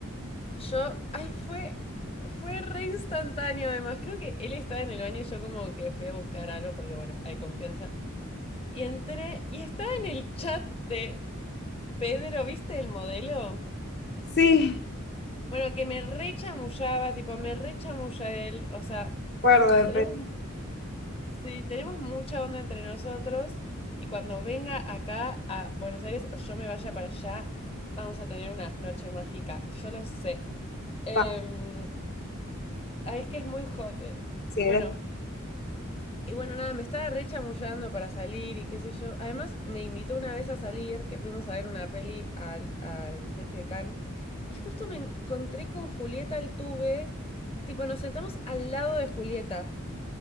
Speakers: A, on the left (about 25°); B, on the left (about 50°).
A: yo. Ay, fue. Fue re instantáneo, además. Creo que él estaba en el baño y yo como que fui a buscar algo porque, bueno, hay confianza. Y entré y estaba en el chat de Pedro, ¿viste el modelo?
B: Sí,
A: Bueno, que me rechamullaba, tipo, me rechamulla él. O sea,
B: acuerdo, de-
A: tenemos,
B: pe-
A: sí, tenemos mucha onda entre nosotros. Y cuando venga acá a Buenos Aires o yo me vaya para allá, vamos a tener una noche mágica. Yo lo sé. Em,
B: pa-
A: ah, es que es muy hotel.
B: sí,
A: Bueno,
B: de-
A: Y bueno, nada, me estaba re chamullando para salir y qué sé yo. Además, me invitó una vez a salir, que fuimos a ver una peli al, al Festi de Cannes. Y justo me encontré con Julieta Altuve. Tipo, nos sentamos al lado de Julieta.